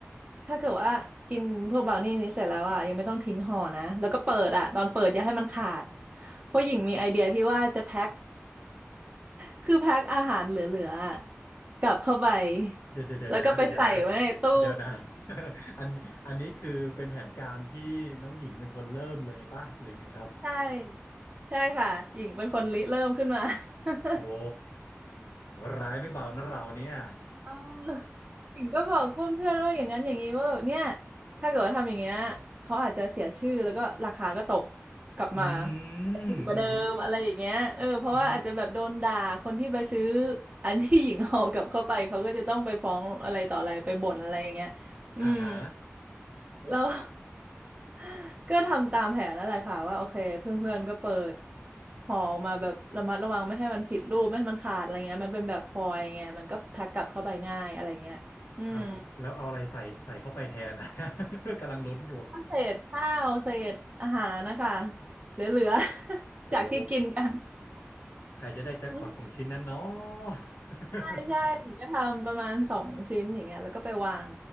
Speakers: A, on the right; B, on the left.
A: ถ้าเกิดว่ากินพวกบราวนี่นี้เสร็จแล้วอ่ะยังไม่ต้องทิ้งห่อนะแล้วก็เปิดอ่ะตอนเปิดอย่าให้มันขาดเพราะหญิงมีไอเดียที่ว่าจะแพ็ค <laughs> คือแพ็คอาหารเหลือๆอะกลับเข้าไป
B: เดี๋ยวเดี๋ยวเดี๋ยวนะเดี๋ยวนะ
A: แล้วก็ไปใส่ไว้ในตู้
B: เดี๋ยวนะ <laughs> อันอันนี้คือเป็นแผนการที่น้องหญิงเป็นคนเริ่มเลยป่ะหรือไงครับ
A: <laughs> ใช่ใช่ค่ะหญิงเป็นคนริเริ่มขึ้นมา <laughs>
B: โอ้ร้ายไม่เบานะเราเนี่ย
A: เออ ถึงก็บอกเพื่อนๆว่าอย่างนั้นอย่างนี้ว่าแบบเนี่ยถ้าเกิดว่าทำอย่างเงี้ยเขาอาจจะเสียชื่อแล้วก็ราคาก็ตกกลับมา
B: <laughs> อื
A: อาจจะถูกกว่าเดิมอะไรอย่างเงี้ยเออเพราะว่าอาจจะแบบโดนด่าคนที่ไปซื้อ
B: มอืมอืม
A: อันที่หญิงออกกลับเข้าไปเขาก็จะต้องไปฟ้องอะไรต่ออะไรไปบ่นอะไรอย่างเงี้ยอืม
B: อ่าฮะ
A: แล้ว <laughs> ก็ทำตามแผนนั่นแหละค่ะว่าโอเคเพื่อนๆก็เปิดห่อออกมาแบบระมัดระวังไม่ให้มันผิดรูปไม่ให้มันขาดอะไรเงี้ยมันเป็นแบบฟอยล์ไงมันก็แพ็คกลับเข้าไปง่ายอะไรเงี้ยอืม
B: อ่าแล้วเอาอะไรใส่ใส่เข้าไปแทนนะ <laughs> กำลังลุ้นอยู่
A: เศษข้าวเศษอาหารนะคะเหลือๆ <laughs>
B: โอ้
A: จากที่กินกัน
B: ใครจะได้แจ็คพอตของชิ้นนั้นเนา
A: อืม
B: ะ <laughs>
A: ใช่ใช่หญิงก็ทำประมาณสองชิ้นอย่างเงี้ยแล้วก็ไปวาง